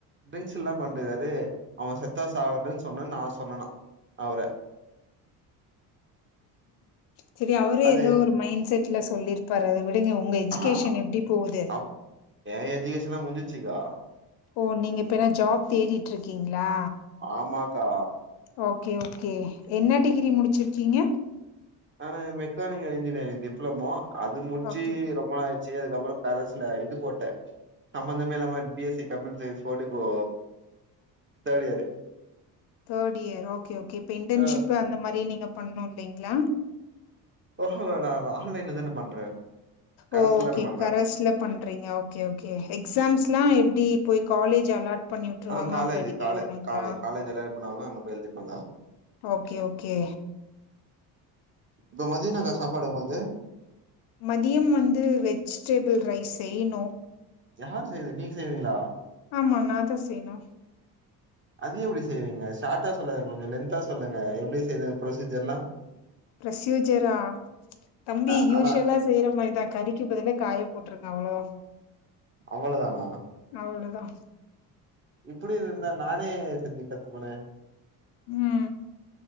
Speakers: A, on the right (about 25°); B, on the left (about 60°).
A: ட்ரிங்க்ஸ்ஸுல்ல பண்ட்டுக்குராரு அவன் செத்தா சாவட்டுன் சொன்னன் நா சொன்னனா அவுர
B: செரி அவுரே
A: அது
B: எதோ ஒரு மைண்ட் செட்ல சொல்லிருப்பாரு அத விட் விடுங்க உங்க எஜுகேஷன்
A: ஆஹா
B: எப்டி போவுது
A: அப் ஏ எஜூகேஷன்லா முஞ்சிச்சிக்கா
B: ஓ நீங்க இப்ப என்ன ஜாப் தேடிட்ருக்கிங்ளா
A: ஆமா கா
B: ஓக்கே ஓக்கே என்ன டிகிரி முடிச்சிர்க்கீங்க
A: நானு மெக்கானிக்கல் இன்ஜினியரிங் டிப்ளமோ அது முட்ச்சி
B: ஓகே
A: ரொம்ப நா ச்சி அதுக்கப்றோ கரஸ்ல இது போட்ட சம்மந்தமே இல்லாம B S C computer science போட்டு இப்போ தேட் year
B: third year okay okay இப்ப இன்டன்ஷிப்
A: ஆ
B: அந்த மாரி நீங்க பண்ணோ இல்லைங்ளா
A: போஹ வேணா அத ஆன்லைன்ல தான பண்றே கரஸ்ல
B: ஓ ஓகே
A: தான பண்றே
B: கரஸ்ல பண்றீங்க ஓகே ஓகே எக்ஸாம்ஸ்லாம் எப்படி போய் காலேஜ் அலாட் பண்ணி விட்டுருவாங்க
A: ஆ காலேஜ்
B: அங்க நீங்க
A: காலே
B: எழுதனுங்களா
A: காலே காலேஜ் எல்லாரு பண்ணுவாங்க அங்க போய் எழுதிப்பேக்கா
B: ஓகே ஓகே
A: இப்ப மதியனாம் என்னா சாப்பாடு உங்கள்து
B: மதியம் வந்து வெஜ்டேபிள் ரைஸ் செய்ணும்
A: யார் செய்து நீங்க செய்றீங்களா
B: ஆமா நான் தான் செய்ணும்
A: அதை எப்படி செய்வீங்க ஷார்ட்டா சொல்லாதீங்க கொஞ்சம் லென்தா சொல்லுங்க எப்படி செய்ரது ப்பொரசீஜர்ல்லாம்
B: பிரொசூஜரா தம்பி
A: ஆ
B: யூஷுவலா
A: ஆனா
B: செய்யற மாதிரிதான் கறிக்கு பதிலா காய போட்டுருங்க அவ்ளோதா
A: அவ்ளோதானா
B: அவ்ளதான்
A: இப்படி இருந்தா நானே செஞ்சு கத்துப்பனே
B: ம்